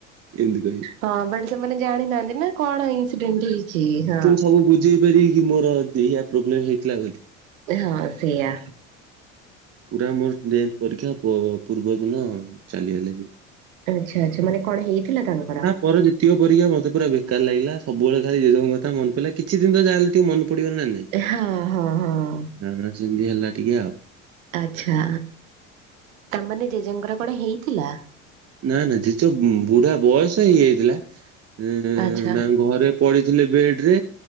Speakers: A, on the right; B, on the right.
A: ଏନ୍ତି କହିବେ।
B: ହଁ ବଟ ସେମାନେ ଜାଣିନାହାଁନ୍ତି ନା କଣ ଇନସିଡେଣ୍ଟ ହେଇଛି, ହଁ।
A: ମୁଁ ବୁଝେଇ ପାରିବି କି ମୋରଏଇଆ ପ୍ରୋବ୍ଲେମ ହେଇଥିଲା ବୋଲି।
B: ହଁ ସେୟା।
A: ପୁରା ମୋରେ ଟେନ୍ଥ ପରୀକ୍ଷା ପ ପୂର୍ବ ଦିନ ଚାଲିଗଲେ ଯେ
B: ଆଚ୍ଛା ଆଛା ମାନେ କଣ ହେଇଥିଲା ତାଙ୍କର?
A: ମୋର ଯେତିକ ପରୀକ୍ଷା ମୋତେ ପୁରା ବେକାର ଲାଗିଲା ସବୁବେଳେ ଖାଲି ଜେଜେଙ୍କ କଥା ମନେ ପଡିଲା କିଛିି ଦିନି ତ ଯାହାହେଲେ ଟିକେ ମନେ ପଡ଼ିବ ନା ନାଇଁ।
B: ଏହା ହଁ, ହଁ, ହଁ।
A: ନା ନା ଜେମିତି ହେଲା ଟିକେ ଆଉ।
B: ଆଚ୍ଛା ତାମାନେ ଜେଜେଙ୍କର କଣ ହେଇଥିଲା?
A: ନା ନା ଯେଜ ବୁଢା ବୟସ ହେଇଯାଇଥିଲା। ହୁଁ
B: ଆଚ୍ଛା
A: ତାଙ୍କ ଘରେ ପଡିଥିଲେ ବେଡରେ